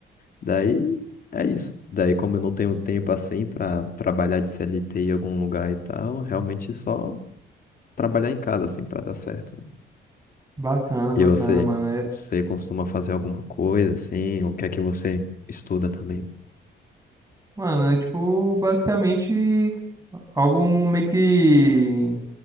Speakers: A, on the left; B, on the right.
A: Daí é isso. Daí, como eu não tenho tempo assim para trabalhar de CLT em algum lugar e tal, realmente só trabalhar em casa assim para dar certo.
B: Bacana,
A: E
B: bacana,
A: você,
B: mano. É,
A: você costuma fazer alguma coisa assim? O que é que você estuda também?
B: mano, é tipo, basicamente, algo meio que